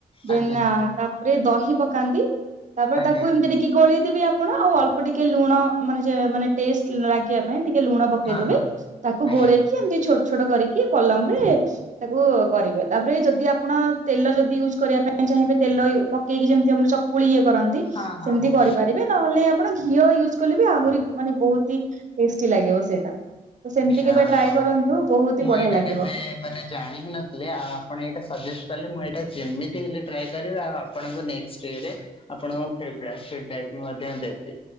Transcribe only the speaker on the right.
ଦେନ୍
ତାପରେ ଦହି ପକାନ୍ତି ତାପରେ
ତାକୁ ଏମତି ଟିକେ କି ଗୋଳେଇଦେବେ ଆପଣ ଆଉ ଅଳ୍ପ ଟିକେ ଲୁଣ ମାନେ ଯେ ମାନେ ଟେଷ୍ଟ ଲାଗିଆକୁ ପାଇଁ ଟିକେ ଲୁଣ ପକେଇ
ଦେବେ
ତାକୁ
ଗୋଳେଇକି କି ଏମତି ଛୋଟ ଛୋଟ କରିକି ପଲମ ରେ ତାକୁ କରିବେ ତାପରେ ଯଦି ଆପଣ ତେଲ ଯଦି ୟୁଜ୍ କରିବା ପାଇଁ ଚାହିଁବେ ତେଲବି ପକେଇକି ଯେମତି ଆମନ ଚକୁଳି ଇଏ କରନ୍ତି
ସେମତି
କରିପାରିବେ। ନହେଲେ ନାଇଁ ଆପଣ ଘିଅ ୟୁଜ୍ କଲେ ବି ଆହୁରି ମାନେ ବହୁତ ହି ଟେଷ୍ଟି ଲାଗିବ ସେଟା। ତ ସେମତି
କେବେ ଟ୍ରାଏ
କରନ୍ତୁ ବହୁତ
ହି ବଢ଼ିଆ
ଲାଗିବ।